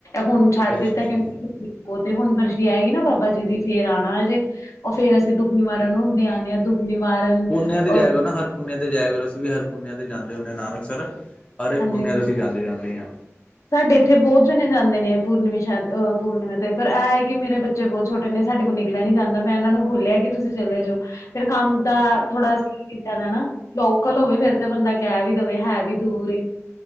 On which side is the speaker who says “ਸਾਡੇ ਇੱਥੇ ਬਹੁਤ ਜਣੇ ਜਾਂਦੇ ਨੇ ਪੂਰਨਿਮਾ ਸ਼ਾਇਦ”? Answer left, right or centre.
Left